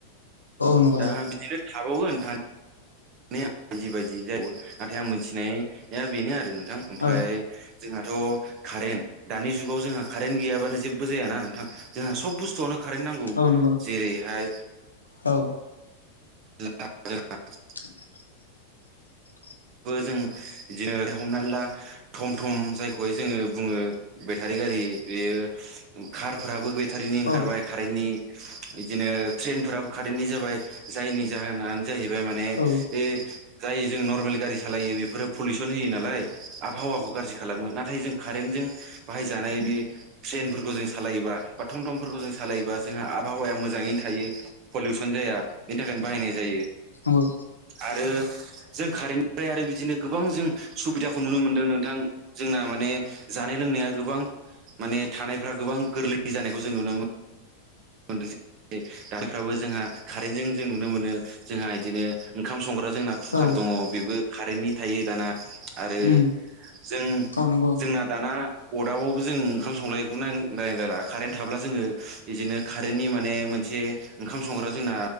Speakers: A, on the left; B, on the right.
A: औ नंगौ
B: दाहा बिदिनो थाबावगोन नोंथां माने जि बायदि जायो नाथाय आं मिथिनाया बेनो आरो नोंथां ओमफ्राय
A: औ
B: जोंहाथ' कारेन्ट दानि जुगाव जोंहा कारेन्ट गैयाबानो जेबो जायाना नोंथां जोंहा सब बुस्थुवानो कारेन्ट नांगौ
A: औ नंगौ
B: जेरैहाय
A: औ
B: <unintelligible>
A: <inaudible>
B: जों इदिनो हमनानै ला थम थम जायखौहाय जोङो बुङो बेटारि गारि बेयो कारफोराबो बे भटारिनि ओंखारबाय
A: औ
B: कारेन्टनि बिदिनो ट्रेनफोराबो कारेन्टनि जाबाय जायनि जाहोना जाहैबाय माने
A: औ
B: बे जाय जों नर्मेल गारि सालायो बेफोरो पलिउसन होयो नालाय आबहावाखौ गाज्रि खालामो नाथाय जों कारेन्टजों बाहायजानाय बे ट्रेनफोरखौ जों सालायोबा बा थटं टंफोरखौ जों सालायोबा जोंहा आबहावाया मोजाङैनो थायो पलिउसन जाया बेनि थाखायनो बाहायनाय जायो
A: नंगौ
B: आरो जों कारेन्टनिफ्राय आरो बिदिनो गोबां जों सुबिदाखौ नुनो मोनदों नोंथां जोंना माने जानाय लोंनाया गोबां माने थानायफ्रा गोबां गोरलै जानायखौ जों नुनो मोनो मोनदोंसै दानिफ्राबो जोंहा कारेन्टजों जों नुनो मोनो जोंहा बिदिनो ओंखाम संग्रा जोंना कुकार
A: औ
B: दङ बेबो कारेन्टनि थायो दाना आरो
A: उम
B: जों
A: औ नंगौ
B: जोंना दाना अरदाबावबो जों ओंखाम संलायखौ नायलायला कारेेनट थाब्ला जोङो बिदिनो कारेन्टनि माने मोनसे ओंखाम संग्रा जोंना